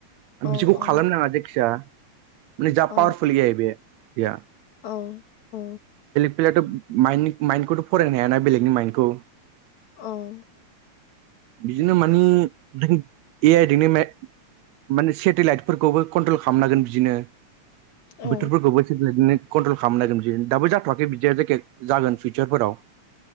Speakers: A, on the left; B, on the right.
A: औ
B: बिसोखौ खालामनो
A: औ
B: नाङा जायखिया माने जा
A: औ
B: पावारफुल ए आइ बे एआ
A: औ औ
B: थ माइ खौथ' फरायनो हायाना बेलेगनि माइन्दखौ
A: औ
B: बिदिनो मानि नों ए आइ दिनि मे माने सेटेलाइटफोरखौबो कन्ट्रल खामनो हागोन बिदिनो
A: औ
B: बोथोरफोरखौबो सेटेलाइटनो कन्ट्रल खालामनो हागोन बिदि दाबो जाथ'वाखै बिदिया जायखिया जागोन फिउचारफोराव